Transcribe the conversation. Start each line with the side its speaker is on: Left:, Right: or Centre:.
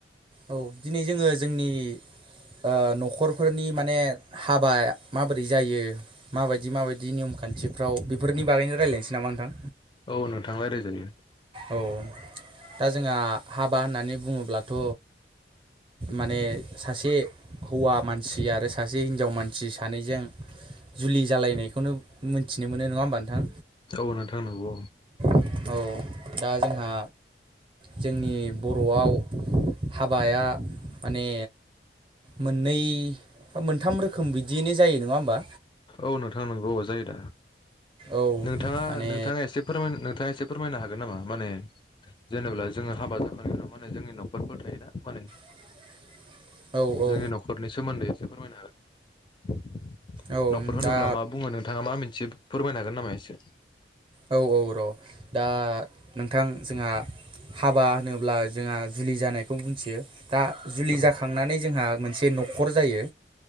Right: औ दिनै जोङो जोंनि ओ न'खरफोरनि माने हाबा माबोरै जायो माबायदि माबायदि नियम खान्थिफ्राव बेफोरनि बागैनो रायलायनोसै नामा नोंथां?
Left: औ नोंथां लायराय जायो।
Right: औ दा जोंहा हाबा होननानै बुङोब्लाथ' माने सासे हौवा मानसि आरो सासे हिनजाव मानसि सानैजों जुलि जालायनायखौनो मोनथिनो मोनो नङा होमबा नोंथां?
Left: औ नोंथां नोंगौ।
Right: औ दा जोंहा जोंनि बर'आव हाबाया माने मोननै बा मोनथाम रोखोम बिदियैनो जायो नङा होमबा?
Left: औ नोंथां नोंगौ अ जायो दा
Right: औ
Left: नोंथाङा
Right: माने
Left: नोंथाङा एसे फोरमाय नोंथाङा एसे फोरमायनो हागोन नामा माने जेनेब्ला जोङो हाबा जाखांनायनि उनाव माने जोंनि नखरफोर थायोना माने
Right: <inaudible> औ औ
Left: जोंनि न'खरनि सोमोन्दै एसे फोरमायनो हागोन
Right: औ
Left: न'खर होनोब्ला
Right: दा
Left: मा बुङो नोंथाङा मा मोनथियो फोरमायनो हागोन नामा एसे?
Right: औ औ र' दा नोंथां जोंहा हाबा होनोब्ला जोंहा जुलि जानायखौ मोनथियो, दा जुलि
Left: औ
Right: जाखांनानै जोंहा मोनसे न न'खर जायो